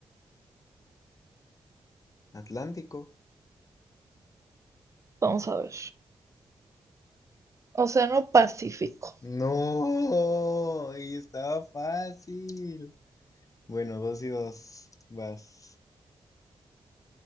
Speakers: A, on the left (about 35°); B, on the right (about 30°).
A: Atlántico.
B: Vamos a ver. Océano Pacífico.
A: No, y estaba fácil. Bueno, dos y dos. Vas.